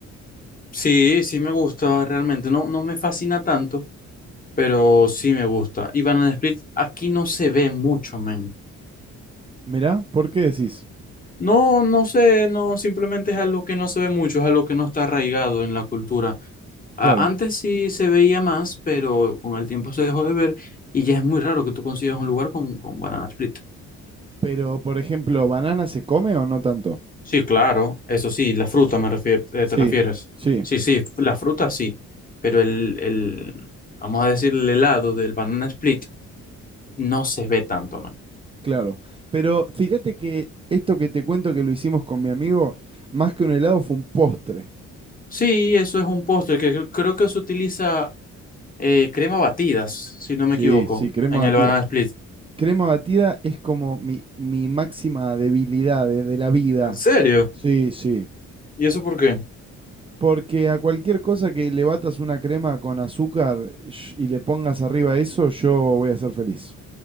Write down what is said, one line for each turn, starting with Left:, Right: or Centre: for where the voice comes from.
Left: Sí, sí me gusta realmente. No, no me fascina tanto, pero sí me gusta. Y banana split aquí no se ve mucho, men.
Right: Mirá, ¿por qué decís?
Left: No, no sé, no, simplemente es algo que no se ve mucho, es algo que no está arraigado en la cultura. A-
Right: Claro.
Left: Antes sí se veía más, pero con el tiempo se dejó de ver y ya es muy raro que tú consigas un lugar con, con banana split.
Right: Pero, por ejemplo, ¿banana se come o no tanto?
Left: Sí, claro, eso sí, la fruta me refier- eh,
Right: Sí,
Left: te refieres.
Right: sí,
Left: Sí, sí, la fruta sí, pero el, el, vamos a decir, el helado del banana split no se ve tanto, man.
Right: claro. Pero fíjate que esto que te cuento que lo hicimos con mi amigo, más que un helado fue un postre.
Left: Sí, eso es un postre que cre- creo que se utiliza eh, crema batidas, si no
Right: Sí,
Left: me equivoco,
Right: sí, crema
Left: en
Right: batida.
Left: el banana split.
Right: Crema batida es como mi, mi máxima debilidad de, de la vida.
Left: ¿En serio?
Right: Sí, sí.
Left: ¿Y eso por qué?
Right: Porque a cualquier cosa que le batas una crema con azúcar sh- y le pongas arriba eso, yo voy a ser feliz.